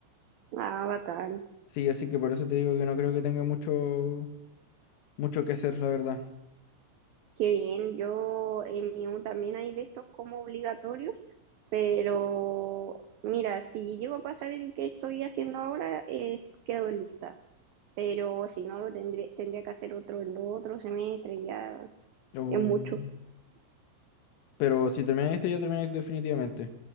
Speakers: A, on the right; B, on the left.
A: Ah, bacán.
B: Sí, así que por eso te digo que no creo que tenga mucho, mucho que hacer, la verdad.
A: Qué bien. Yo en mi U también hay de estos como obligatorios, pero mira, si llego a pasar el que estoy haciendo ahora, eh, quedo lista. pero si no lo tendría, tendría que hacer otro en otro semestre, ya
B: Um,
A: es mucho.
B: pero si termináis este, ya termináis definitivamente.